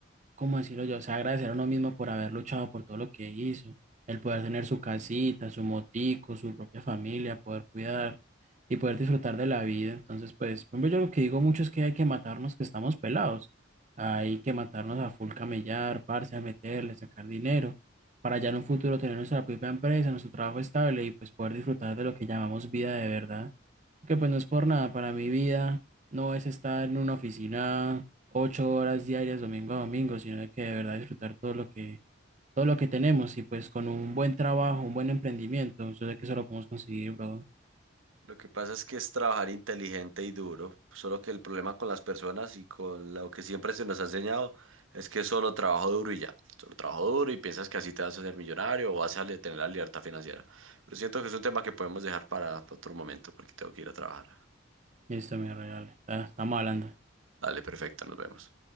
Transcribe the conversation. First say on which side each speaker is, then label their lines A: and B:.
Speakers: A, on the right; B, on the right.
A: ¿cómo decirlo yo? O sea, agradecer a uno mismo por haber luchado por todo lo que hizo, el poder tener su casita, su motico, su propia familia, poder cuidar y poder disfrutar de la vida. Entonces, pues, por ejemplo, yo lo que digo mucho es que hay que matarnos que estamos pelados. Hay que matarnos a full camellar, parce, a meterle, sacar dinero, para ya en un futuro tener nuestra propia empresa, nuestro trabajo estable y pues poder disfrutar de lo que llamamos vida de verdad que pues no es por nada para mi vida, no es estar en una oficina ocho horas diarias domingo a domingo, sino de que de verdad disfrutar todo lo que, todo lo que tenemos y pues con un buen trabajo, un buen emprendimiento, yo sé que eso lo podemos conseguir, bro.
B: Lo que pasa es que es trabajar inteligente y duro, solo que el problema con las personas y con lo que siempre se nos ha enseñado es que solo trabajo duro y ya, solo trabajo duro y piensas que así te vas a hacer millonario o vas a le- tener la libertad financiera. Pero siento que es un tema que podemos dejar para para otro momento porque tengo que ir a trabajar.
A: Listo, mi real, está- estamos hablando.
B: Dale, perfecto, nos vemos.